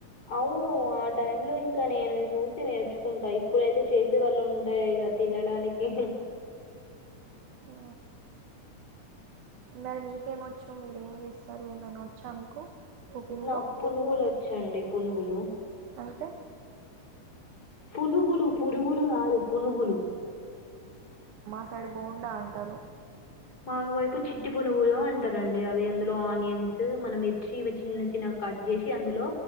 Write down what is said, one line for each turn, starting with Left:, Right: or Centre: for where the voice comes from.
Left: అవును ఆ టైం లో ఇంకా నేను చూసి నేర్చుకుంటా ఇప్పుడైతే చేసి వొళ్ళు ఉంటే ఇగ తినడానికి
Right: హా మరి మీకేమ వచ్చు మీరేం చేస్తారు ఏమైనా వచ్చా మీకు కుకింగ్లో
Left: నాకు పునుగులు వచ్చండి పునుగులు
Right: అంటే
Left: పునుగులు పురుగులు కాదు పునుగులు
Right: ఇటు సైడ్ బోండా అంటారు
Left: మాకు వైపు చిట్టి పునుగులు అంటారండి అవి అందులో ఆనియన్స్ మన మిర్చి ఇవి చిన్న చిన్న కట్ చేసి అందులో